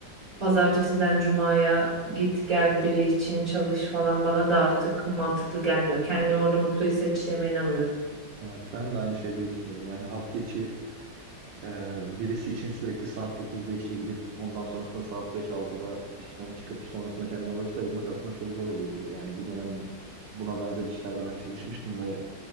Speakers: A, on the right (about 25°); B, on the right (about 75°).
A: pazartesiden cumaya git gel biri için çalış falan bana da artık mantıklı gelmiyor. Kendimi orada mutlu hissedeceğime inanmıyorum.
B: Evet, ben de aynı şeyleri düşünüyorum. Yani hafta içi e, birisi için sürekli saat dokuzda işe gidip ondan sonrasında saat beş altıda işten çıkıp sonrasında kendine vakit ayırmak aslında çok zor oluyor. Yani bir dönem buna benzer işlerde ben çalışmıştım ve